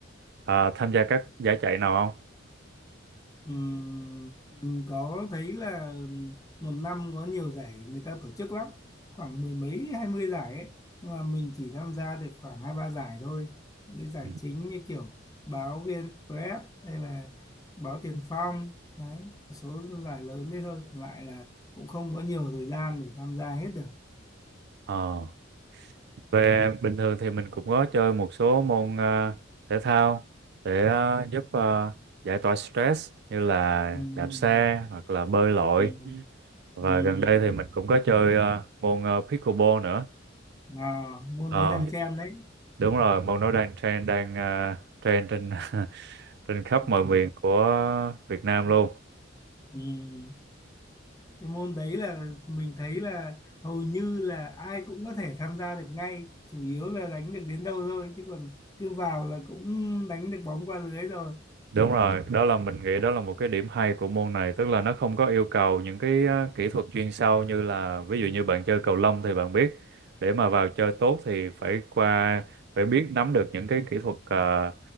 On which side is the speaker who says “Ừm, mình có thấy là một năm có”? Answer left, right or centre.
Left